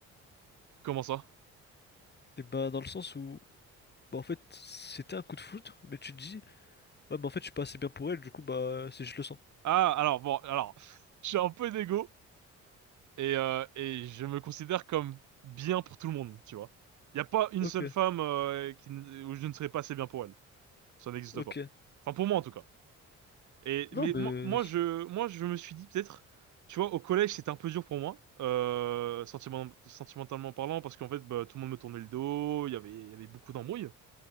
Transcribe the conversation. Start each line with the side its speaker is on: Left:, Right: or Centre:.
Right: Comment ça?
Left: Eh ben, dans le sens où... Bah en fait, c'était un coup de foudre, mais tu te dis, ouais, mais en fait, je suis pas assez bien pour elle, du coup, bah, c'est juste le sang.
Right: Ah, alors, bon, alors, <laughs> je suis un peu d'égo et, euh, et je me considère comme bien pour tout le monde, tu vois. Il n'y a pas une
Left: Ok,
Right: seule femme euh, qui, ne- où je ne serais pas assez bien pour elle. Ça n'existe
Left: ok.
Right: pas. Enfin, pour moi, en tout cas. Et
Left: Non,
Right: mais moi,
Left: mais.
Right: moi je moi je me suis dit peut-être tu vois au collège c'était un peu dur pour moi euh, sentiment- sentimentalement parlant parce qu'en fait bah, tout le monde me tournait le dos il y avait il y avait beaucoup d'embrouilles